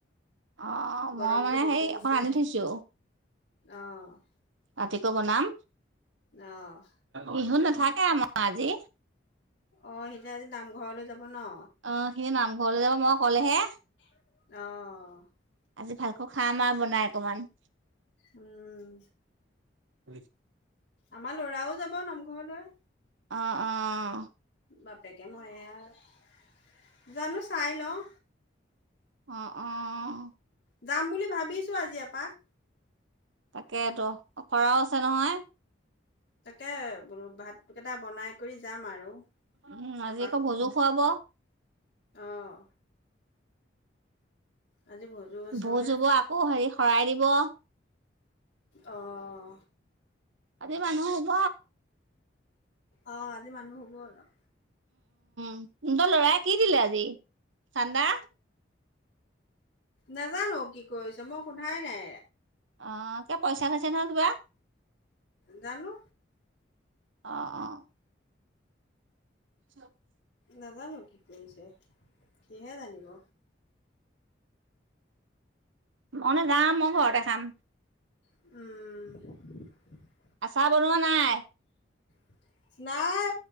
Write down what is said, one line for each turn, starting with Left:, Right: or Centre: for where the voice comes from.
Right: অঁ
Left: গৰমটো
Right: মই মানে
Left: বেছি
Right: সেই
Left: দিছে।
Right: অকণ আনি থৈছো
Left: অ',
Right: ৰাতিকৈ বনাম
Left: অ'।
Right: বিহুত নাথাকে আমাৰ আজি
Left: অঁ সিহঁতে আজি নামঘৰলৈ যাব ন
Right: অ সিনি নামঘৰলৈ যাব মই ক'লেহে
Left: অঁ
Right: আজি ভালকৈ খাম আৰু বনাই অকমান
Left: উম
Right: <unintelligible>
Left: আমাৰ লৰাও যাব নামঘৰলৈ
Right: অঁ অঁ
Left: বাপেকে মইহে আৰু জানো চাই লওঁ
Right: অঁ অঁ
Left: যাম বুলি ভাবিছো আজি এপাক
Right: তাকেতো অখৰাও আছে নহয়
Left: তাকে বোলো ভাতকেইটা বনাই কৰি যাম আৰু
Right: উম আজি
Left: এপাক
Right: আকৌ ভোজো খুৱাব
Left: অঁ আজি ভোজো আছে
Right: ভোজ
Left: বোলে
Right: হব আকৌ হেৰি শৰাই দিব
Left: অঁ
Right: আজি মানুহ হ'ব
Left: অঁ আজি মানুহ হ'ব অলপ
Right: তোহোঁতৰ লৰাই কি দিলে আজি চান্দা
Left: নাজানো কি কৰিছে মই সোধাই নাই
Right: অঁ কিয় পইচা থৈছে নহয় কিবা?
Left: জানো।
Right: অঁ অঁ <unintelligible>
Left: নাজানো কি কৰিছে সিহে জানিব।
Right: ম নাযাওঁ মই ঘৰতে খাম।
Left: উম
Right: আচাৰ বনোৱা নাই।
Left: <inaudible> নাই